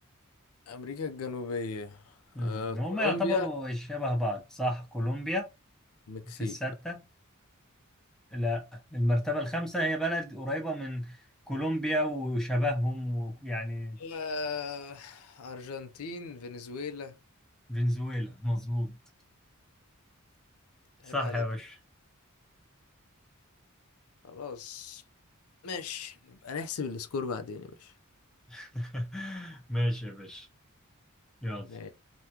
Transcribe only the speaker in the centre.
امم
هم يعتبروا شبه بعض صح كولومبيا
في الستة
لا المرتبة الخامسة هي بلد قريبة من كولومبيا وشبههم ويعني
فنزويلا مظبوط صح
يا باشا
<laughs> ماشي يا باشا يلا